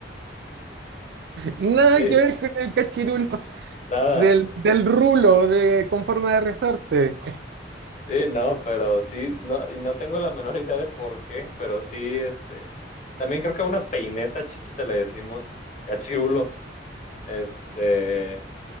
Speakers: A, on the right; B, on the left.
A: Nada
B: Sí,
A: que ver con el cachirulo
B: nada.
A: del, del rulo de, con forma de resorte.
B: Sí, no, pero sí, no, y no tengo la menor <laughs> idea de por qué, pero sí, este. También creo que a una peineta chiquita le decimos cachirulo. Este.